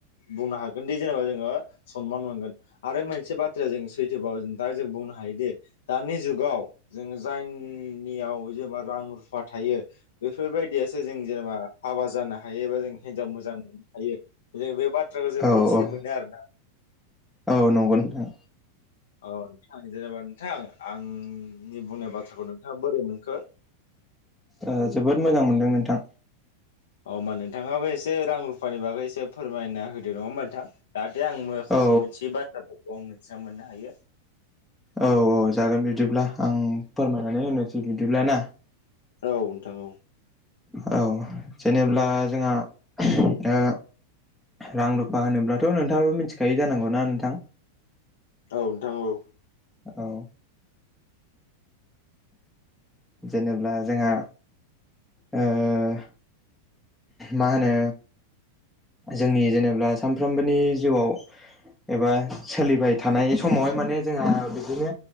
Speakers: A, on the left; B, in the centre.
A: बुंनो हागोन दि जेनेबा जोंङो समान मोनगोन आरो मोनसे बा बाथ्राया जों सैथोबाव दा जों बुंनो हायोदि दानि जुगाव जोङो जायनियाव जेनेबा रां रुफा थायो बेफोरबायदियासो जों जेनेबा हाबा जानो हायो एबा जों हिन्जाव मोजां मोननो हायो जों बे बाथ्राखौ जों मिथिनो
B: औ
A: मोनो आरोना।
B: औ नंगौ। नोंथां
A: औ नोंथां जेनेबा नोंथां आं नि बुंनाय बाथ्राखौ नोंथाङा बोरै मोनखो?
B: ओ जोबोद मोजां मोनदों नोंथां।
A: अ होमबा नोंथाङाबो एसे रां रुफानि बागै एसे फोरमायना होदो नङा होमबा नोंथां दा दे आं माखासे
B: औ
A: मोनसे बाथ्राफोरखौ आं मिथिना मोननो हायो।
B: औ औ जागोन बिदिब्ला आं फोरमायनानै होनोसै बिदिब्ला ना।
A: औ नोंथां औ।
B: औ जेनेब्ला जोंहा ओ रां रुफा होनोब्लाथ' नोंथाङाबो मिथिखायो जानांगौना नोंथां?
A: औ नोंथां औ
B: औ जेनेबा जोंहा ओ मा होनो जोंनि जेनेबा सानफ्रोमबोनि जिउआव एबा सोलिबाय थानाय समावहाय माने जोंहा बिदिनो